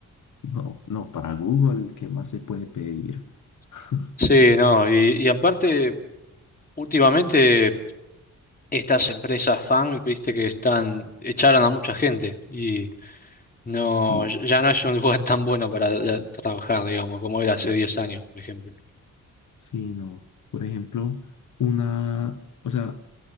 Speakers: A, on the left (about 70°); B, on the left (about 25°).
A: no, no, para Google, ¿qué más se puede pedir? <laughs>
B: Sí, no, y, y aparte, últimamente estas empresas fan, viste que están, echaron a mucha gente y... No,
A: Sí.
B: ya ya no es un lugar tan bueno para ya trabajar, digamos, como era hace 10 años, por ejemplo.
A: Sí, no. Por ejemplo, una, o sea,